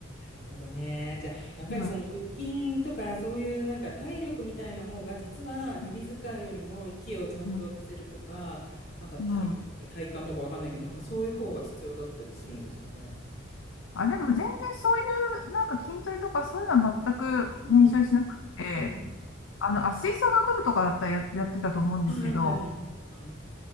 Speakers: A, on the left (about 55°); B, on the left (about 75°).
A: なるほどね。じゃあ、やっぱりその腹筋とか、
B: まあ、
A: そういうなんか体力みたいな方が、実は指使いよりも息をちゃんと出せるとか、
B: うん。うん
A: なんか体力とか体幹とかわかんないけど、
B: うん
A: なんかそういう方が必要だったりするんですかね。
B: あ、でも全然そういう、なんか筋トレとかそういうのは全く練習しなくて、
A: うんうん。
B: あの、あ、吹奏楽部とかだったらや、やってたと思うんですけど、
A: うんはいはいはいはい。